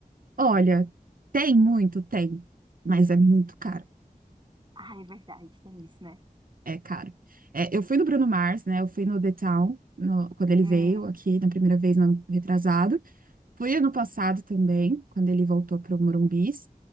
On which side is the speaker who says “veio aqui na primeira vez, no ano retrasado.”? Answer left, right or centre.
Right